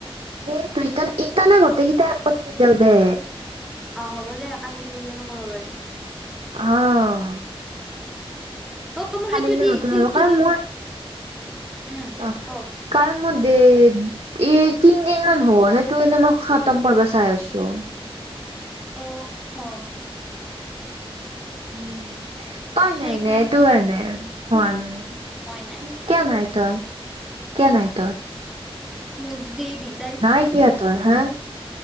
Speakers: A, on the right; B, in the centre.
A: এ তইটোন ইটানে গোটেইকেইটাই আকত থৈ দিওঁ দে।
B: অঁ! হ'ব দে কালিক লৈকে আৰু কৰিব পাৰিম।
A: অঁ!
B: অ মো সেইটো
A: গিলে
B: দি
A: নতুন
B: ক্লিপটো
A: আহিব কাৰণ
B: দি।
A: মোৰ
B: উম,
A: অ
B: ক‌ওক?
A: কাৰণ মোৰ দে এ তিনদিন মান হ'ল সেইটো এনেই মই খাওঁ উতম কৰিব চাই আছোঁ।
B: অউ, অ।
A: উম! তই
B: সেইকাৰণে
A: নাই নে সেইটো কাৰণে হোৱা নাই।
B: মই নাই
A: কিয় নাই তই? কিয় নাই তই?
B: মোৰ যি দিক
A: নাই কিয় তই হা?